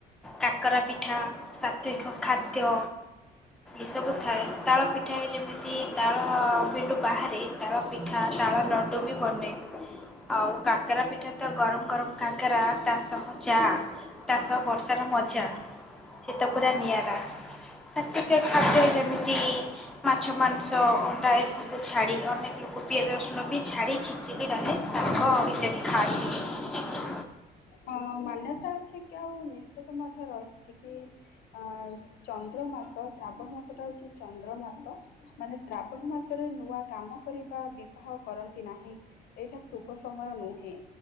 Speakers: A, in the centre; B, on the left.
A: କାକରା ପିଠା ସତ୍ଵିକ ଖାଦ୍ୟ ଏସବୁ ଥାଏ ତାଳ ପି ପିଠା ଯେମିତି ତାଳ ବିଲୁ ବାହାରେ ତାଳ ପିଠା ତାଳ ଲଡ଼ୁ ବି ବନେଇ ହୁଏ। ଆଉ କାଙ୍କରା ପିଠା ତ ଗରମ ଗରମ କାକରା ତା ସହ ଚା ତା ସ ବର୍ଷାର ମଜା। ସେ ତ ପୁରା ନିଆରା ସତ୍ୟତ ଖାଦ୍ୟ ଯେମିତି ମାଛ ମାଂସ ଅଣ୍ଡା ଏସବୁ ଛାଡ଼ି ଅନେକ ଲୋ କ ପିଆଜ ରସୁଣ ବି ଛାଡ଼ି ଖିଚିଡି ଡାଲି ଶାଗ ଆଉ ଇତ୍ୟାଦି ଖାଆନ୍ତି।
B: ହଁ ମାନ୍ୟତା ଅଛି କି ଆଉ ନିଶ୍ଚିତ ମଧ୍ୟ ରହିଛି କି ଅ ଚନ୍ଦ୍ର ମାସ ଶ୍ରାବଣ ମାସ ଟା ହଉଚି ଚନ୍ଦ୍ର ମାସ ମାନେ ଶ୍ରାବଣ ମାସରେ ନୂଆ କାମ କରିବା ବିବାହ କରନ୍ତି ନାହିଁ। ଏଇଟା ଶୁଭ ସମୟ ନୁହେଁ